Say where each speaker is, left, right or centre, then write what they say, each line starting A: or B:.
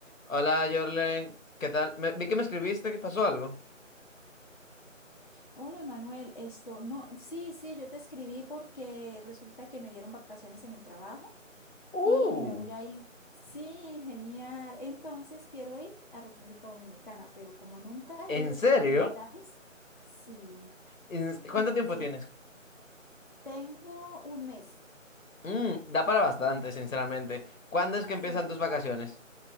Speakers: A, on the left; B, on the left.
A: Hola, Jorlen, ¿qué tal? Me- vi que me escribiste, ¿qué pasó algo?
B: Hola Manuel, esto no, sí, sí, yo te escribí porque resulta que me dieron vacaciones en el trabajo
A: Uh,
B: y me voy a ir. Sí, genial. Entonces quiero ir a República Dominicana, pero como nunca
A: ¿En
B: he ido,
A: serio?
B: es mi primera vez. Sí,
A: ¿En- ¿Cuánto
B: entonces
A: tiempo tienes?
B: tengo un mes.
A: Mm, da para bastante, sinceramente. ¿Cuándo
B: Sí,
A: es que empiezan tus vacaciones?
B: sí.